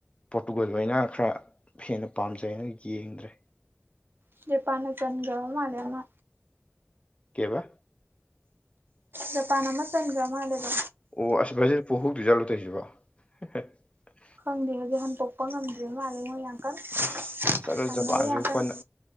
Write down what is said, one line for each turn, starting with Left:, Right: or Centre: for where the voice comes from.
Left: ꯄꯣꯔꯇꯨꯒꯜ ꯑꯣꯏꯅ ꯈꯔ ꯍꯦꯟꯅ ꯄꯥꯝꯖꯩꯅ ꯌꯦꯡꯗ꯭ꯔꯦ
Right: <unintelligible> ꯆꯟꯒꯔꯕ ꯑꯃ
Left: ꯀꯩꯕ
Right: ꯖꯄꯥꯟ ꯑꯃ ꯆꯟꯒꯔ ꯃꯥꯜꯂꯦꯕ
Left: ꯑꯣ ꯑꯁ ꯕ꯭ꯔꯥꯖꯤꯜ ꯄꯣꯛꯍꯧꯗꯣꯏ ꯖꯥꯠꯂꯣ ꯇꯧꯔꯤꯁꯤꯕꯣ <unintelligible>
Right: ꯈꯪꯗꯦ ꯍꯧꯖꯤꯛ ꯍꯟꯇꯣꯛꯄ ꯉꯝꯗ꯭ꯔꯦ ꯃꯥꯜꯂꯦ ꯃꯣꯏ ꯌꯥꯝ ꯀꯟꯅ
Left: ꯑꯁ ꯆꯠꯂꯣꯏ
Right: ꯁꯥꯟꯅꯔꯤ
Left: ꯖꯄꯥꯟꯁꯨ
Right: ꯌꯥꯝ ꯀꯟꯅ
Left: ꯍꯣꯠꯅ